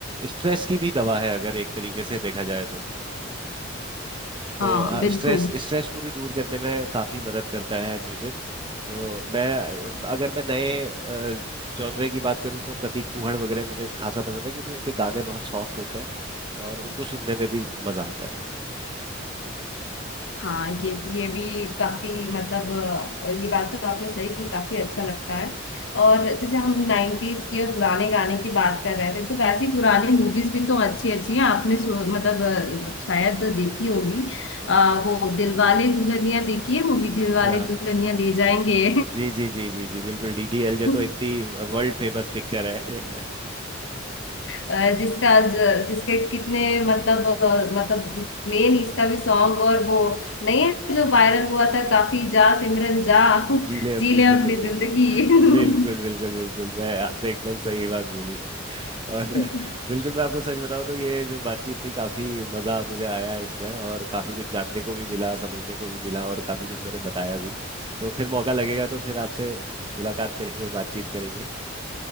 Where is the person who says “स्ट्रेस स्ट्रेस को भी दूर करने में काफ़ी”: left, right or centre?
Right